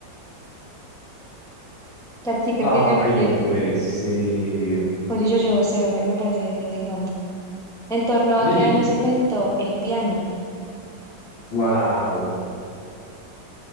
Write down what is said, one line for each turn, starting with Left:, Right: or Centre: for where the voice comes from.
Centre: La chica
Left: Ay,
Centre: que yo quiero.
Left: no puede ser.
Centre: Oye, yo llevo cero, me, me parece muy indignante. ¿En torno a
Left: Oye,
Centre: qué
Left: yo-
Centre: año se inventó el piano?
Left: wow.